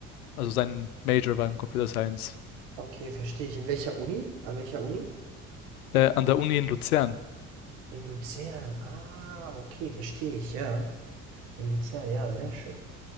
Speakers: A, on the left; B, on the right.
A: also sein Major war im Computer Science.
B: okay, verstehe ich. In welcher Uni? An welcher Uni?
A: Äh, an der Uni in Luzern.
B: In Luzern. Ah, okay, verstehe ich, ja. In Luzern, ja, sehr schön.